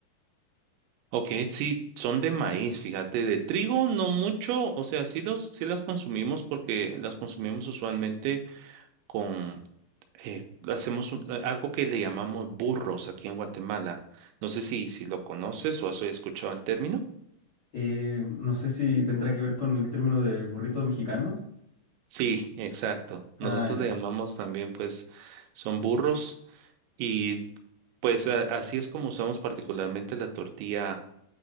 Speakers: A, on the right (about 80°); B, on the left (about 40°).
A: Ok, sí, son de maíz, fíjate, de trigo no mucho, o sea, sí los, sí las consumimos porque las consumimos usualmente con, eh, hacemos un- eh, algo que le llamamos burros aquí en Guatemala. No sé si, si lo conoces o has escuchado el término.
B: Eh, no sé si tendrá que ver con el término de burritos mexicanos.
A: Sí, exacto. Nosotros
B: Ah, ya.
A: le llamamos también, pues, son burros y pues a- así es como usamos particularmente la tortilla